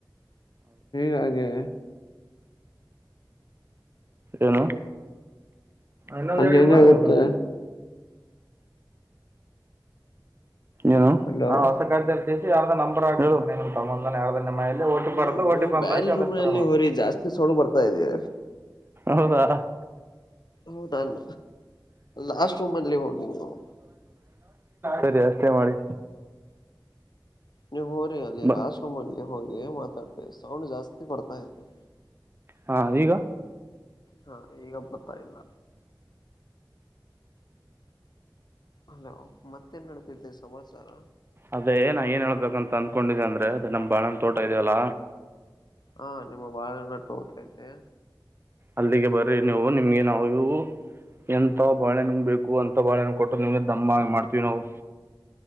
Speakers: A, on the left; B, on the right.
A: ಹಗೆ
B: ಏನು ಇನ್ನೊಂದು
A: ಹಂಗೆ
B: ಎಡಿ
A: ಹೆಂಗಾಗುತ್ತೆ
B: ಮಾಡಾರುವ ಬಂತ ಏನು
A: ಹಲೋ
B: ಹ ಹೊಸ ಕ ಯಾರ್ದ ನಂಬರ್ ಆ ತಮ್ಮಂದ ಯಾರ ಮ ಓಟಿ
A: ನೀವು
B: ಪತು ಓಟಿ ಬಂದ
A: ಬ್ಯಾರೆ ರೂಮ್ನಲ್ಲಿ
B: ಅದ್ರ ರ ಮಾಡ
A: ಹೋರಿ ಜಾಸ್ತಿ ಸೌಂಡ್ ಬರ್ತಾ ಇದೆ
B: ಹೌದಾ
A: ಹೌದನ್ ಲಾಸ್ಟ್ ರೂಮ ಅಲ್ಲಿ ಹೋಗ್ ನಾವು
B: ಸರಿಯಾ ಅಷ್ಟೆ ಮಾಡಿ
A: ನೀವು ಹೋರಿ ಅಲ್ಲಿ
B: ಬ
A: ಲಾಸ್ಟ್ ರೂಮ್ ಅಲ್ಲಿ ಹೋಗಿ ಮಾತಾಡ್ತ ಸೌಂಡ್ ಜಾಸ್ತಿ ಬರ್ತಾ ತಿ
B: ಹಾ ಈಗ
A: ಹಾ ಈಗ ಬರ್ತಾ ಇಲ್ಲ ಹಲೋ ಮತ್ತೇನ್ ನಡತಿದ್ದೆ ಸಮಾಚಾರ
B: ಅದೇ ನಾ ಏನ್ ಹೇಳ್ಬೇಕಂತ ಅಂದಕೊಂಡೆ ಅಂದ್ರೆ ಅದೇ ನಮ್ ಬಾಳ ತೋಟ ಇದ್ಯಲ್ಲ
A: ಹಾ ನಿಮ್ಮ ಬಾಳ ನಟೋತೈತೆ
B: ಅಲ್ಲಿಗೆ ಬರ್ರಿ ನೀವು ನಿಮ್ಗೆ ನಾವವು ಎಂತ ಬಾಳೆಣ ಬೇಕು ಅಂತ ಬಾಳೆಣ್ಣ ಕೊಟ್ಟು ನಿಮ್ಗೆ ದಮ್ಮ ಮಾಡ್ತೀವಿ ನಾವು